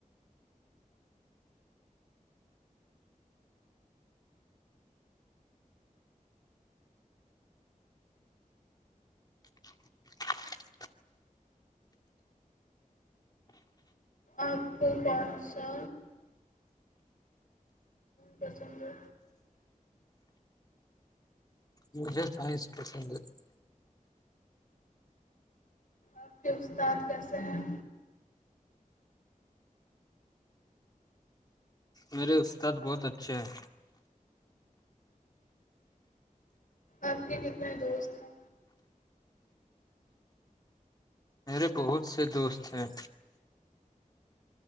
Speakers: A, on the left; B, on the left.
A: <unintelligible>
B: آپ کو کون سا ٹھیکے
A: مجھے سائنس پسند ہے
B: آپ کے استاد کیسے ہیں
A: میرے استاد بہت اچھے ہیں
B: آپ کے کتنے دوست ہیں
A: میرے بہت سے دوست ہیں